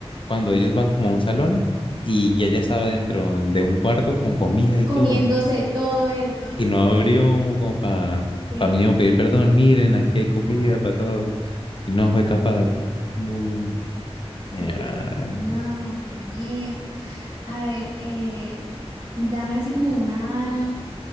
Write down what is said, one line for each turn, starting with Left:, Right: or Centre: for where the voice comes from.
Left: cuando ellos van como a un salón y ya ya estaba dentro de un cuarto con comida y
Right: Comiéndose
Left: todo.
Right: todo eso,
Left: Y
Right: sí,
Left: no abrió como para
Right: sí,
Left: pa mínimo
Right: sí,
Left: pedir perdón,
Right: sí.
Left: miren, aquí hay comida
Right: No,
Left: para todos. Y no
Right: Dios
Left: fue capaz.
Right: mío,
Left: No.
Right: sí,
Left: eh, vale.
Right: no, Dios mío. A ver, eh, dame así como una